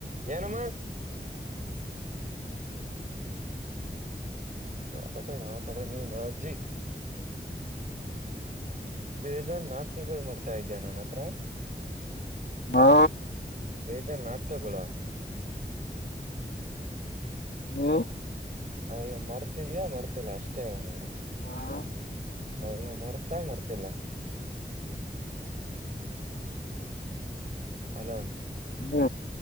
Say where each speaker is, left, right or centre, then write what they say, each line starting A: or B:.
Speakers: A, on the right (about 45°); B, on the left (about 75°).
A: ಏನಮ್ಮ ಕರೆಕ್ಟ್ ಹಾಗಿ ಮಾತಾಡು ನಿಮ್ಮ್ ಅಜ್ಜಿ ಬೇಜಾನ್ ನಾಟಕಗಳು ಮಾಡ್ತಾ ಇದ್ಯಾ ನನ್ ಹತ್ರ
B: ಹಾ
A: ಬೇಜಾನ್ ನಾಟಕಗಳು
B: ಹ್ಮ್
A: ಅವಳು ಮರ್ತಿದ್ಯಾ ಮರ್ತಿಲ್ಲ ಅಷ್ಟೇ ಹೇಳ ನನಗೆ
B: ಹಾ
A: ಅವಳ ಮರ್ತಾ ಮರ್ತಿಲ್ಲ ಹಲೋ
B: ಹ್ಮ